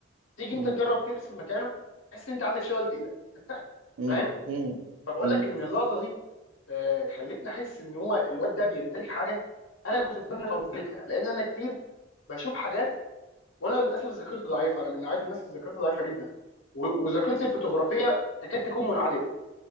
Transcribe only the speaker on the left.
تيجي
انت تجرب ترسم مكانه تحس ان انت عندك شلل في ايدك <laughs>
فاهم؟
فبقول
لك ان اللقطه دي آه، خلتني احس ان هو الواد ده بيمتلك حاجه انا كنت اتمنى لو امتلكها لان انا كتير بشوف حاجات وانا للاسف ذاكرتي ضعيفه انا من نوعيه الناس اللي ذاكرتها ضعيفه جدا و- وذاكرتي الفوتوغرافيه تكاد تكون منعدمه